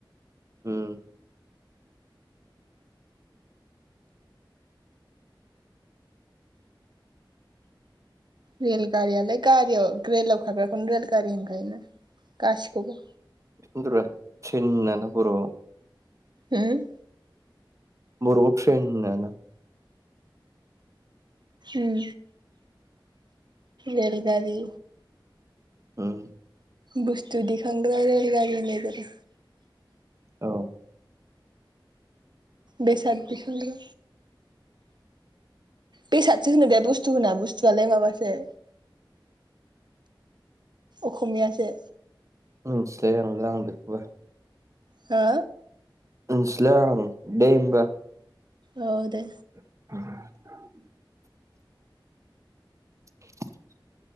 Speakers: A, on the right; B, on the right.
A: उम
B: रेल गारियालाय गारियाव रेलाव खाग्राखौनो रेल गारि होनखायोना गासिखौबो
A: <unintelligible> थिन होनाना बर'
B: उम
A: बर आव थ्रेन होना ना
B: उम रेलगारि
A: ओं
B: बुस्थु दिखांग्रा रेल गारि होन्नाय जादों
A: औ
B: बेसाद दिखांग्रा बेसादसो होनो दा बुस्थु होना बुस्थुआलाय माबासो अखमियासो
A: मोनथिलायलांला आं बेखौबो
B: हो
A: मोनथिला आं दे होनबा
B: औ दे
A: <inaudible> <inaudible>